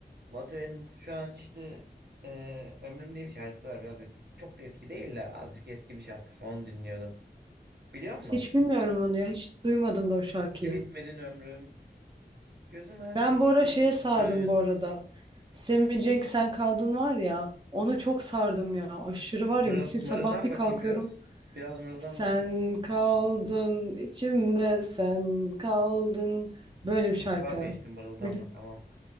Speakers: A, on the right (about 75°); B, on the right (about 30°).
A: Motive'nin şu an işte e, Ömrüm diye bir şarkısı var. Biraz eski, çok da eski değil de azıcık eski bir şarkısı. Onu dinliyordum. Biliyor musun?
B: Hiç bilmiyorum onu ya. Hiç duymadım da o şarkıyı.
A: Bir bitmedin ömrüm. Gözüm her
B: Ben
A: şeyi
B: bu ara
A: görmüşsün.
B: şeye sardım bu arada. Semih Cenk Sen Kaldın var ya. Onu çok sardım ya. Aşırı var
A: Mırıl,
B: ya bütün sabah
A: mırıldan
B: bir
A: bakayım
B: kalkıyorum.
A: biraz. Biraz mırıldan
B: Sen
A: bakayım.
B: kaldın içimde sen kaldın. Böyle bir şarkı.
A: Vazgeçtim mırıldanma
B: Böyle.
A: tamam.